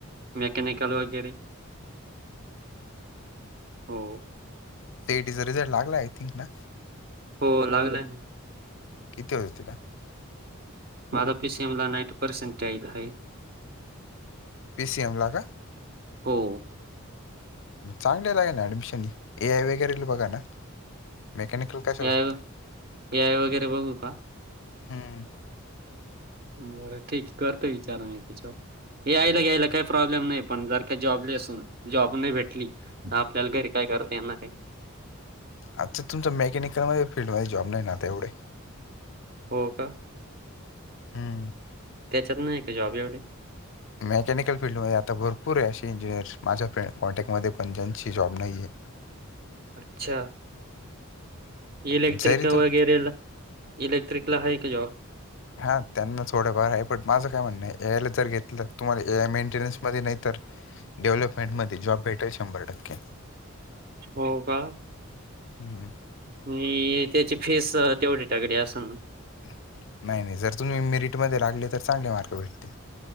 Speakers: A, on the right; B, on the left.
A: मेकॅनिकल वगैरे हो
B: सी आय टी चा रिझल्ट लागला आय थिंक ना
A: हो लागलाय ना.
B: किती होईल तुला
A: मला पी सी ओ ल <unintelligible> नाईंटी पर्सेंटेज् आहे
B: पी सी एम ला का
A: हो.
B: चांगले लागे ना ऍडमिशन ए आय वगैरेला बघा ना? मेकॅनिकल कशाला
A: ए
B: बघताय
A: आय वगैरे बघू का?
B: हम्.
A: बरं ठीक करतो विचार मी त्याच्यावर. ए या ला घ्यायला काही प्रॉब्लेम नाही. पण जर का जॉबलेस हुन जॉब नाही भेटली तर आपल्याला घरी काय करता येणार आहे?
B: अच्छा तुमच मेकॅनिकल म फील्डमध्ये जॉब नाही ना आता एवढे.
A: हो का?
B: हम्म.
A: त्याच्यात नाही का जॉब एवढे?
B: मेकॅनिकल फिल्डमध्ये आता भरपूर आहे अशी इंजिनिअर माझ्या कॉन्टॅक्टमध्ये पण ज्यांची जॉब नाहीय.
A: अच्छा इलेक्ट्रिक
B: आहे जरी तू
A: वगैरेला इलेक्ट्रिकला हाय? का जॉब?
B: हा त्यांना थोडंफार आहे पण माझं काय म्हणणं एआयला जर घेतलं तर तुम्हाला ए आय मेंटेनन्स मध्ये नाही तरर डेव्हलपमेंट मध्ये जॉब भेटेल शंभर टक्के.
A: हो का?
B: हम्म.
A: नी त्याची फीस तेवढी. तगडी असन ना?
B: नाही नाही जर तुम्ही मेरिट मध्ये लागले तर चांगले मार्क भेटतील.